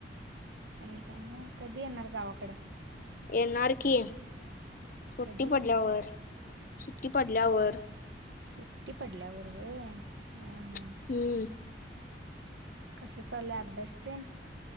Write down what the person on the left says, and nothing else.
येणार की सुट्टी
पडल्यावर, सुट्टी पडल्यावर.
हम्म